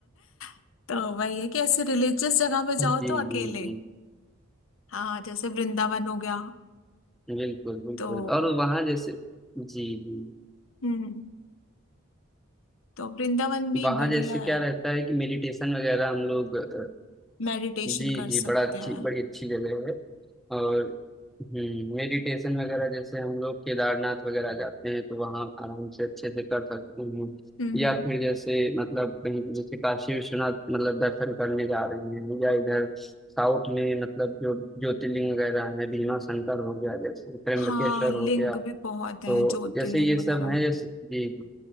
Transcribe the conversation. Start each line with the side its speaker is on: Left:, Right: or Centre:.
Left: <laughs> तो वही है कि ऐसे रिलीजियस जगह में जाओ
Centre: जी
Left: तो अकेले
Centre: जी जी
Left: हाँ जैसे वृंदावन हो गया
Centre: बिल्कुल बिल्कुल
Left: तो
Centre: और वहाँ जैसे जी जी
Left: हम्म तो वृंदावन भी
Centre: वहाँ
Left: बढ़िया
Centre: जैसे
Left: है
Centre: क्या रहता है कि मेडिटेशन वगैरह हम लोग अ,
Left: मेडिटेशन
Centre: जी
Left: कर
Centre: जी
Left: सकते
Centre: बड़ा अच्छी
Left: हैं
Centre: बड़ी अच्छी जगह है और हम्म मेडिटेशन वगैरह जैसे हम लोग केदारनाथ वगैरह जाते हैं तो वहाँ आराम से अच्छे से कर सकते हैं
Left: हम्म
Centre: या
Left: हम्म।
Centre: फिर जैसे मतलब कहीं जैसे काशी विश्वनाथ मतलब दर्शन करने जा रहे हैं या इधर साउथ में मतलब जो ज्योतिर्लिंग वगैरह है भीमा शंकर हो गया जैसे त्र्यंबकेश्वर
Left: हाँ लिंग
Centre: हो गया
Left: भी बहुत है
Centre: तो
Left: ज्योतिर्लिंग
Centre: जैसे ये
Left: वगैरह
Centre: सब है जैसे जी जी,